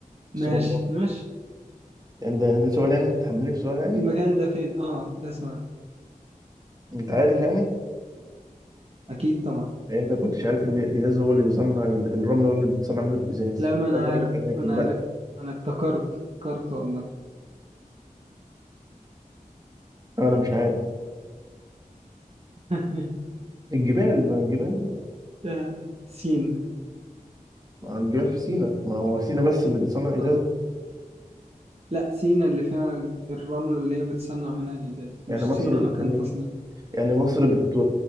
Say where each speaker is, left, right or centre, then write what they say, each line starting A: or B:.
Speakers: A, on the right; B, on the right.
A: ماشي
B: بس هو الرمل
A: ماشي
B: يعني ده ده سؤال يعني انت بتحدني في سؤال يعني
A: المكان ده فين؟ اه ده اسمه إيه؟
B: انت عارف يعني
A: أكيد طبعا
B: يعني انت كنتش عارف ان الازاز هو اللي بيصنع ال- الرمل هو اللي بتصنع منه الازاز
A: لا ما
B: فتبادر
A: أنا عارف
B: الاماكن
A: ما أنا
B: بقى
A: عرفت ما أنا افتكرت افتكرت والله
B: انا مش عارف
A: <laughs>
B: الجبال ما الجبال
A: ده سينا
B: ما الجبال في سينا ما هو سينا بس اللي بتصنع ازاز
A: اه لا سينا اللي فيها الرملة اللي هي بتصنع منها الإزاز مش
B: يعني مصر
A: سينا مكان
B: يعني
A: تصنيع
B: يعني مصر بت...